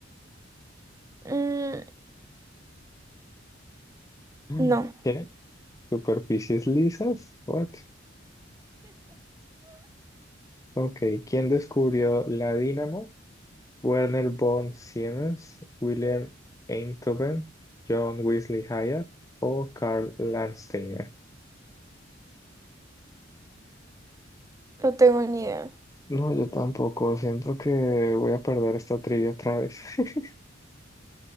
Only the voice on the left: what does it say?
Mm.
¿Qué? ¿Superficies lisas? What? Ok, ¿quién descubrió la dínamo? Werner von Siemens, Wilhelm Einthoven, John Wesley Hyatt o Karl Landsteiner.
No, yo tampoco. Siento que voy a perder esta trivia otra vez. <laughs>